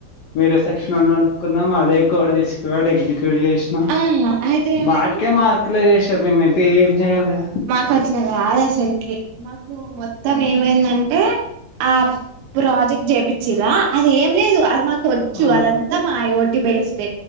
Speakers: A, on the left; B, on the right.
A: వేరే సెక్షన్ నోని అడుకున్నాం అదే కోడ్ తీసుకుడి ఎగ్జిక్యూట్ చేసి
B: ఆ అయితే ఏమైంది
A: వటికే మార్కులే చేసరు మేమైతే ఏం చేయలే
B: గట్లా కాదు అసలుకి మొత్తం ఏమైందంటే ఆ ప్రాజెక్ట్ చెప్చిర అది ఏం లేదు అది మాకు కొచ్చు
A: ఆ,
B: అదంతా మాయ ఐఓటి బేస్డ్